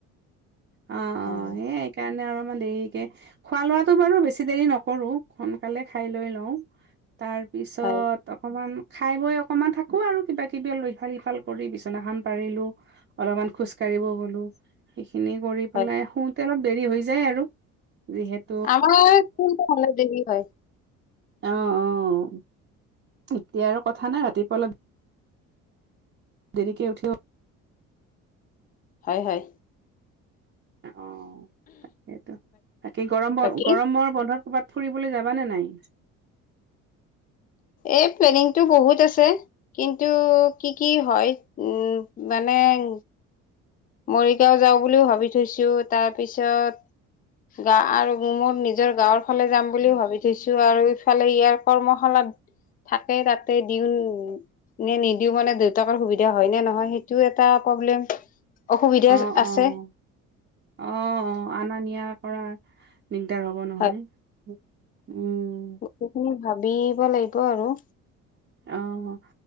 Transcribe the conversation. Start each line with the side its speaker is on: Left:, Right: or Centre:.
Right: অঁ অঁ
Left: হয়
Right: সেইয়ে এইকাৰণে অলমান দেৰিকে, খোৱা লোৱাটো বাৰু বেছি দেৰি নকৰো। সোনকালে খাই লৈ লওঁ তাৰ পিছত,
Left: হয়
Right: অকমান খাই বৈ অকমান থাকো আৰু কিবা কিবি লৈ ফাল সিফাল কৰি বিছনাখন পাৰিলো। অলমান খোজ কঢ়িব গ'লো। সেইখিনি কৰি পেলাই
Left: হয়
Right: শুওঁতে অলপ দেৰি হৈ যায় আৰু যিহেত-
Left: আমাৰ কোনটো হলে বেবি হয়?
Right: অঁ অঁ, এতিয়া আৰু কথা নাই ৰাতিপুৱালে- দেৰিকে উঠিও-
Left: হয় হয়।
Right: অঁ তাকেইতো, তাকে গৰম ব
Left: বাকী
Right: গৰমৰ বন্ধত- ক'বাত ফুৰিবলে যাবা নে নাই?
Left: এই প্লেনিংটো বহুত আছে। কিন্তু, কি কি হয়? উম' মানে- মৰিগাঁও যাওঁ বুলিও ভাবি থৈছো, তাৰ পিছত- গা আৰু মো মোৰ নিজৰ গাঁওৰ ফালে যাম বুলিও ভাবি থৈছো আৰু ইফালে ইয়াৰ কৰ্মশালাত- থাকে তাতে দিওঁন- নে নিদিওঁ মানে দুইতাকৰ সুবিধা হয় নে নহয় সেইটোও এটা প্ৰব্লেম। অসুবিধা
Right: অঁ
Left: আছে।
Right: অঁ, অঁ অঁ, আনা নিয়াত। কৰা দিগদাৰ হ'ব নহয়
Left: হয়
Right: উম।
Left: সেইখিনি ভাবিব লাগিব আৰু।
Right: অ',